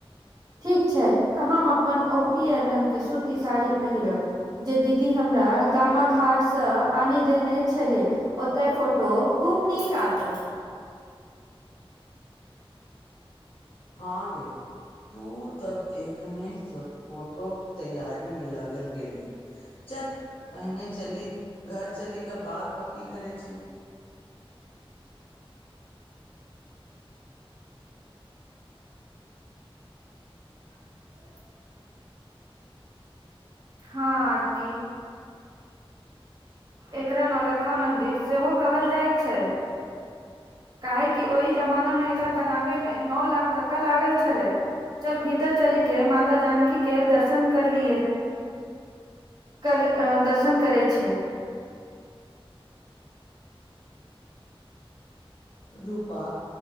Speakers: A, on the right; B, on the left.
A: ठीक छै तऽ हम अपन ओ पीअर रंग कऽ सूती साड़ी पहिरब जे दीदी हमरा गामा हाटसँ आनी देने छलियै ओतऽ फोटो खूब नीक एत
B: हाँ गे तू तब एखने से फोटो केँ तैयारी में लगल गेलही चल पहिने चली घर चली क बात पक्की करे छियै
A: <inaudible> हँ आरती <inaudible> एकरा नौलखा मंन्दिर सेहो कहल जाइ छै काहेकि ओहि जमानामे एकरा बनाबेमे नओ लाख टका लागल छलै चल भीतर चली केँ माता जानकी के दर्शन कर लियए कर दर्शन करै छै
B: रूपा